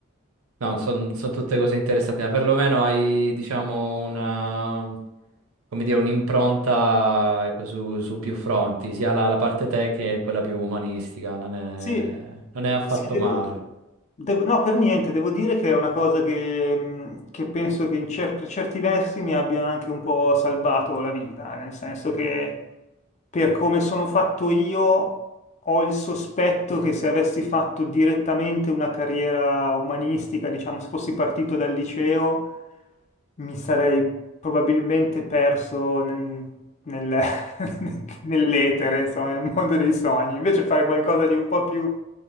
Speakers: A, on the right; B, on the left.
A: No, sono tutte cose interessanti, ma perlomeno hai, diciamo, una... come dire, un'impronta, ecco, su, su più fronti, sia la, la parte tecnica che quella più umanistica. Non è,
B: Sì,
A: non è affatto
B: sì, devo-
A: male.
B: devo- no, per niente, devo dire che è una cosa che, mh, che penso che in cer- per certi versi mi abbia anche un po' salvato la vita, nel senso che per come sono fatto io ho il sospetto
A: Mhm.
B: che se avessi fatto direttamente una carriera umanistica, diciamo, se fossi partito dal liceo, mi sarei probabilmente perso nel- nel- <laughs> nell'etere, insomma, nel mondo dei sogni. Invece fare qualcosa di un po' più,